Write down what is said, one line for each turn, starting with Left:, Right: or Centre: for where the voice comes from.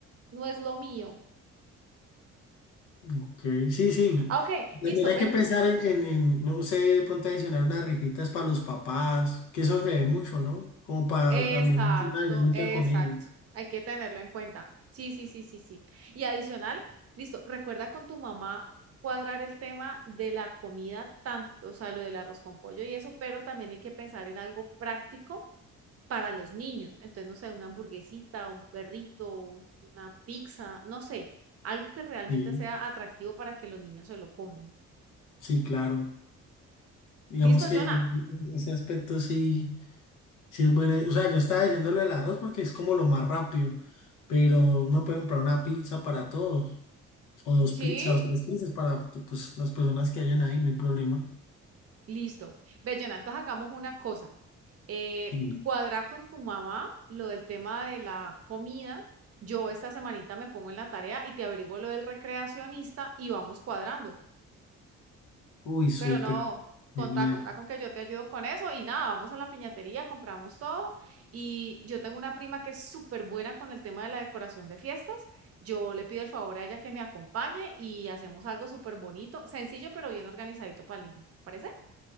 Right: no es lo mío.
Left: Ok, sí, sí.
Right: Ah, ok, listo,
Left: También hay
Right: ven.
Left: que pensar en, en, en, no sé, de pronto adicionar unas rifitas para los papás, que eso se ve mucho, ¿no? Como para
Right: Exacto,
Left: también hacer una dinámica
Right: exacto.
Left: con ellos.
Right: Hay que tenerlo en cuenta. Sí, sí, sí, sí, sí. Y adicional, listo, recuerda con tu mamá cuadrar el tema de la comida, tanto, o sea, lo del arroz con pollo y eso, pero también hay que pensar en algo práctico para los niños. Entonces, no sé, una hamburguesita, un perrito, una pizza, no sé, algo que realmente
Left: Sí,
Right: sea atractivo para que los niños se lo coman.
Left: sí, claro. Digamos
Right: ¿Listo,
Left: que
Right: Jonah?
Left: en, en ese aspecto sí, sí es buena. O sea, yo estaba diciendo lo del arroz porque es como lo más rápido, pero uno puede comprar una pizza para todos, o dos
Right: Sí,
Left: pizzas, o tres pizzas para pues, las personas que hayan ahí, no hay problema.
Right: listo. Ve, Jonah, entonces hagamos una cosa. Eh,
Left: Sí.
Right: cuadra con tu mamá lo del tema de la comida. Yo esta semanita me pongo en la tarea y te averiguo lo del recreacionista y vamos cuadrando.
Left: Uy, súper.
Right: Pero no, contá,
Left: Genial.
Right: contá con que yo te ayudo con eso y nada, vamos a la piñatería, compramos todo y yo tengo una prima que es súper buena con el tema de la decoración de fiestas. Yo le pido el favor a ella que me acompañe y hacemos algo súper bonito, sencillo pero bien organizadito para el niño. ¿Parece?